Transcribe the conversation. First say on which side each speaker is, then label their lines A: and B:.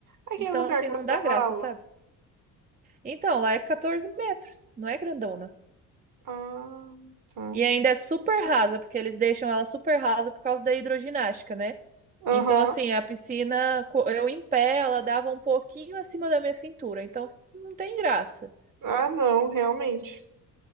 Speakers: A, on the right; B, on the right.
A: Aquele
B: Então,
A: lugar
B: assim,
A: que
B: não
A: você
B: dá
A: dava
B: graça,
A: aula.
B: sabe? Então, lá é 14 metros, não é grandona.
A: Ah, tá.
B: E ainda é super rasa, porque eles deixam ela super rasa por causa da hidroginástica, né?
A: Aham.
B: Então, assim, a piscina, co- eu em pé, ela dava um pouquinho acima da minha cintura. Então, não tem graça.
A: Ah, não, realmente.